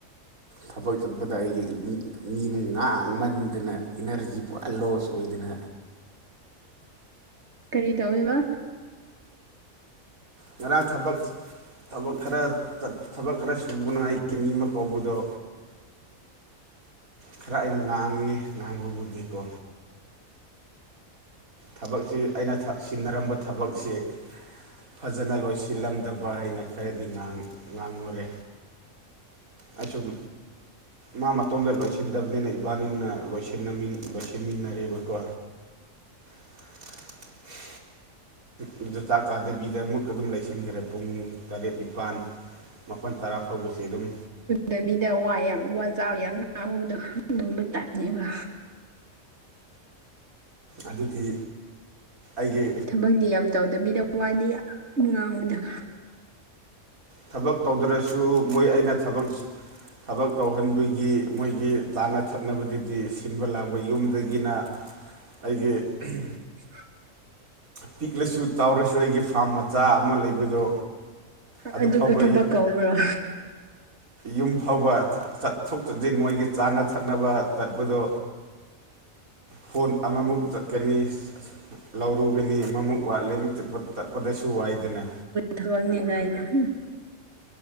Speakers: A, on the right (about 90°); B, on the right (about 55°).
A: ꯊꯕꯛ ꯆꯠꯄꯗ ꯑꯩꯒꯤ ꯃꯤꯃ ꯉꯥꯡꯃꯟꯗꯅ ꯏꯅꯔꯖꯤ ꯄꯨꯔꯥ ꯂꯣꯁ ꯑꯣꯏꯗꯅ꯫
B: ꯀꯔꯤ ꯇꯧꯋꯦꯕ꯫
A: ꯉꯔꯥꯡ ꯊꯕꯛ꯫ ꯊꯕꯛ ꯈꯔ ꯊꯕꯛ ꯈꯔ ꯁꯨꯕꯅꯉꯥꯏꯒꯤ ꯃꯤ ꯑꯃ ꯀꯧꯕꯗꯣ꯫ ꯈꯔ ꯑꯩꯅ ꯉꯥꯡꯉꯤ ꯉꯥꯡꯕꯕꯨꯗꯤꯀꯣ꯫ ꯊꯕꯛꯁꯤ ꯑꯩꯅ ꯊ ꯁꯤꯟꯅꯔꯝꯕ ꯊꯕꯛꯁꯤ꯫ ꯐꯖꯅ ꯂꯣꯏꯁꯤꯜꯂꯝꯗꯕ ꯍꯥꯏꯅ ꯈꯔꯗꯤ ꯉꯥꯡ ꯉꯥꯡꯉꯨꯔꯦ꯫ ꯑꯩ ꯁꯨꯝ ꯫ ꯃꯥ ꯃꯇꯣꯝꯗ ꯂꯣꯏꯁꯤꯟꯗꯕꯅꯤꯅ ꯏꯕꯥꯅꯤꯅ ꯂꯣꯏꯁꯤꯟꯅꯃꯤꯟ ꯂꯣꯏꯁꯤꯟꯃꯤꯟꯅꯔꯦꯕꯀꯣ꯫ <inaudible> ꯗꯨꯗ ꯆꯥꯛ ꯆꯥꯗꯕꯤꯗ ꯑꯃꯨꯛꯀ ꯑꯗꯨꯝ ꯂꯩꯁꯤꯟꯈ꯭ꯔꯦ ꯄꯨꯡ ꯇꯔꯦꯠ ꯅꯤꯄꯥꯟ ꯫ ꯃꯥꯄꯟ ꯇꯔꯥ ꯐꯥꯎꯕꯁꯤ ꯑꯗꯨꯝ꯫
B: ꯗꯕꯤꯗ ꯋꯥ ꯌꯥꯝ ꯋꯥꯖꯥꯎ ꯌꯥꯝ ꯉꯥꯡꯕꯗꯣ ꯑꯗꯨꯝꯕ ꯇꯥꯏꯞꯅꯦꯕ꯫
A: ꯑꯗꯨꯗꯤ ꯑꯩꯒꯤ
B: ꯊꯕꯛꯗꯤ ꯌꯥꯝ ꯇꯧꯗꯕꯤꯗ ꯋꯥꯗꯤ ꯌꯥꯝ ꯉꯥꯡꯕꯗꯣ ꯫
A: ꯊꯕꯛ ꯇꯧꯗ꯭ꯔꯁꯨ ꯃꯣꯏ ꯑꯩꯅ ꯊꯕꯛ ꯊꯕꯛ ꯇꯧꯍꯟꯕꯒꯤ ꯃꯣꯏꯒꯤ ꯆꯥꯅ ꯊꯛꯅꯕꯗꯨꯗꯤ ꯁꯤꯟꯕ ꯂꯥꯡꯕ ꯌꯨꯝꯗꯒꯤꯅ
B: <inaudible>
A: ꯑꯩꯒꯤ ꯎꯝ
B: <inaudible>
A: ꯄꯤꯛꯂꯁꯨ ꯆꯥꯎꯔꯁꯨ ꯑꯩꯒꯤ ꯐꯥꯝ ꯃ ꯆꯥ ꯑꯃ ꯂꯩꯕꯗꯣ
B: ꯑꯗꯨꯕꯨ
A: ꯑꯗꯨꯐꯥꯎꯕ
B: ꯊꯕꯛ
A: ꯑꯩ
B: ꯀꯧꯕ꯭ꯔꯣ
A: ꯌꯨꯝ ꯐꯥꯎꯕ ꯆꯥ ꯆꯠꯊꯣꯛ ꯆꯖꯤꯟ ꯃꯣꯏꯒꯤ ꯆꯥꯅ ꯊꯛꯅꯕ ꯆꯠꯄꯗꯣ ꯐꯣꯟ ꯑꯃꯃꯨꯛ ꯆꯠꯀꯅꯤ ꯂꯧ ꯂꯧꯒꯅꯤ ꯑꯃꯃꯨꯛ ꯋꯥꯠꯂꯦ ꯑꯃꯨꯛ ꯆꯠꯄ ꯆꯠꯄꯗꯁꯨ ꯋꯥꯏꯗꯅ꯫
B: ꯊꯥꯕꯛꯅꯤ ꯀꯥꯏꯅꯥ ꯍꯨꯝ